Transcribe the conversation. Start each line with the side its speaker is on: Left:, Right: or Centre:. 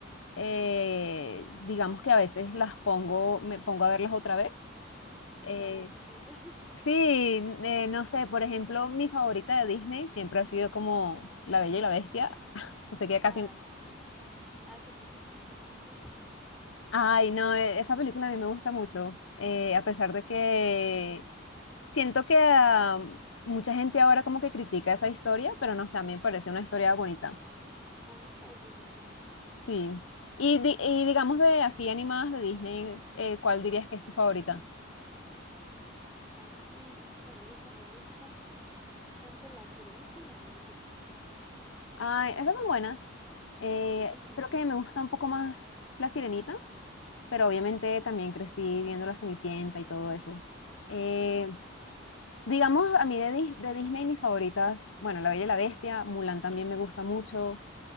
Left: eh, digamos que a veces las pongo, me pongo a verlas otra vez.
Centre: Bueno,
Left: Eh,
Centre: así soy yo.
Left: sí, eh, no sé, por ejemplo, mi favorita de Disney siempre ha sido como La Bella y la Bestia. <laughs> O sea
Centre: <laughs>
Left: que ya
Centre: Ay,
Left: casi...
Centre: sí. Hace poquito me la vi yo.
Left: Ay, no, e- esa película a mí me gusta mucho, eh, a pesar de que Siento que ah, mucha gente ahora como que critica esa historia, pero no sé, a mí me parece una historia bonita.
Centre: A mí me pareció muy bonita.
Left: Sí. Y, di- y digamos de así animadas de Disney, eh, ¿cuál dirías que es tu favorita?
Centre: Así, favorita, favorita. Está entre la Sirenita y la Cenicienta.
Left: Ay, esas son buenas. Eh,
Centre: Sí,
Left: creo que me gusta un poco más La Sirenita, pero obviamente también crecí viendo La Cenicienta y todo eso. Eh,
Centre: <laughs> sí.
Left: digamos, a mí de, Dis- de Disney mis favoritas, bueno, La Bella y la Bestia, Mulan también me gusta mucho.